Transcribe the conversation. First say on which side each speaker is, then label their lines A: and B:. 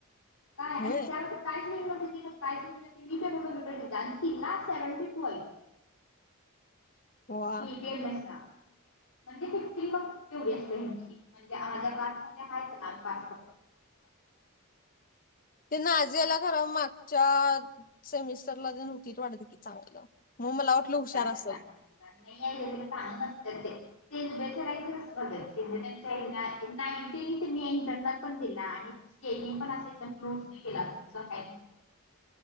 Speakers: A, on the left; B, on the left.
A: काय आणि
B: होय
A: त्यान काहीच नाही न. काी व ती लाट सेव्हनटी टू आहे.
B: वा
A: बील <unintelligible> <unintelligible>
B: ते ना आजे याला खर मागच्या सेमिस्टरला नव्हती वाटते की चांगलं- मग, मला वाटलं
A: कुठं
B: हुशार
A: असत्यात
B: असल-
A: चांगली नाही चांग नसत तेे कस <unintelligible>